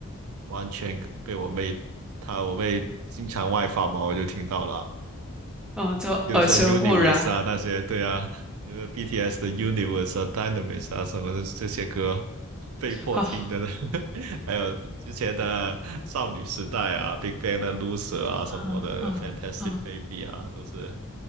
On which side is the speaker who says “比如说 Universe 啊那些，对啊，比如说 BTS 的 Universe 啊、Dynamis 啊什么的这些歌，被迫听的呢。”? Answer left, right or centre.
Right